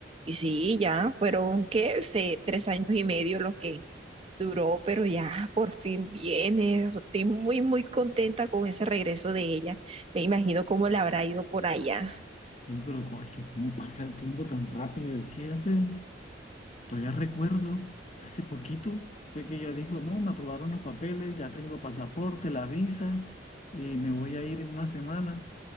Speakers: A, on the right (about 30°); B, on the left (about 40°).
A: Y sí, ya fueron, ¿qué? Se- tres años y medio los que duró, pero ya por fin viene. Estoy muy, muy contenta con ese regreso de ella. Me imagino cómo le habrá ido por allá.
B: Uy, pero co- es que cómo pasa el tiempo tan rápido, es que hace, todavía recuerdo, hace poquito fue que ella dijo, no, me aprobaron los papeles, ya tengo pasaporte, la visa, y me voy a ir en una semana.